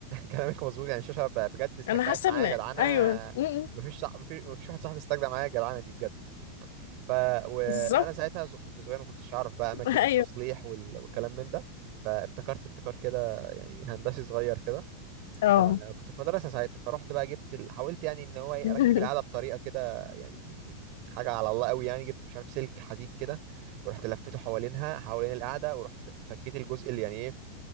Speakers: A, on the right (about 45°); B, on the left (about 55°).
A: كلامك مظبوط يعني الشاشه ب- بجد استجدعت
B: انا حاسة
A: معايا
B: ان
A: يا جدعانه
B: ايوه م- م.
A: مفيش صع- مفيش مفيش واحد صاحبي استجدع معايا يا جدعانه دي بجد ف وانا
B: بالظبط
A: ساعتها ز- كنت صغير ما كنتش اعرف بقى اماكن
B: <laughs>
A: التصليح
B: ايوه
A: وال... والكلام من ده فابتكرت ابتكار كده يعني هندسي صغير كده
B: اه
A: آه، كنت في مدرسه ساعتها فرحت بقى جبت ال... حاولت يعني ان هو إيه،
B: <laughs>
A: اركب العاده بطريقه كده يعني حاجه على الله قوي يعني جبت مش عارف سلك حديد كده ورحت لفيته حوالينها حوالين القاعده ورحت فكيت الجزء اللي يعني ايه